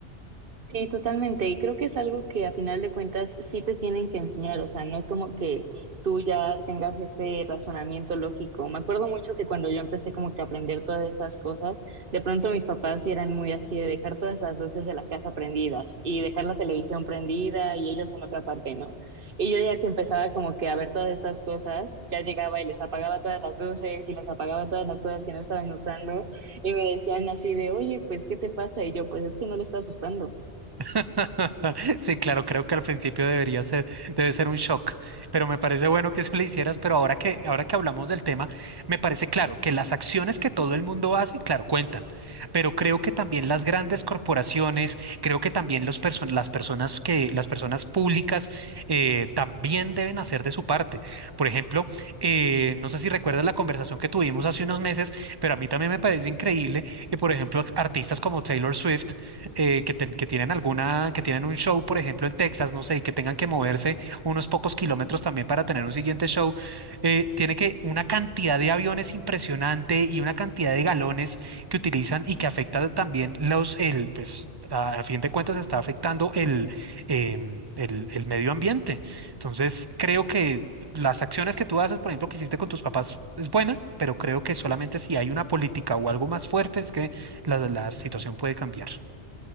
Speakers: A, on the right (about 50°); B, on the right (about 25°).
A: Sí, totalmente. Y creo que es algo que a final de cuentas sí te tienen que enseñar. O sea, no es como que tú ya tengas ese razonamiento lógico. Me acuerdo mucho que cuando yo empecé como que a aprender todas estas cosas, de pronto mis papás sí eran muy así de dejar todas las luces de la casa prendidas y dejar la televisión prendida y ellos en otra parte, ¿no? Y yo ya que empezaba como que a ver todas estas cosas, ya llegaba y les apagaba todas las luces y les apagaba todas las cosas que no estaban usando y me decían así de, oye, pues, ¿qué te pasa? Y yo, pues es que no le estás usando.
B: <laughs> Sí, claro, creo que al principio debería ser, debe ser un shock, pero me parece bueno que eso le hicieras, pero ahora que, ahora que hablamos del tema, me parece claro que las acciones que todo el mundo hace, claro, cuentan, pero creo que también las grandes corporaciones, creo que también los perso- las personas que, las personas públicas eh, también deben hacer de su parte. Por ejemplo, eh, no sé si recuerdas la conversación que tuvimos hace unos meses, pero a mí también me parece increíble que, por ejemplo, artistas como Taylor Swift eh, que, ten- que tienen alguna, que tienen un show, por ejemplo, en Texas, no sé, y que tengan que moverse unos pocos kilómetros también para tener un siguiente show, eh, tiene que una cantidad de aviones impresionante y una cantidad de galones que utilizan y que afecta también los, el, pues, a, a fin de cuentas está afectando el, em, el, el medio ambiente. Entonces, creo que las acciones que tú haces, por ejemplo, que hiciste con tus papás, es buena, pero creo que solamente si hay una política o algo más fuerte es que la, la situación puede cambiar.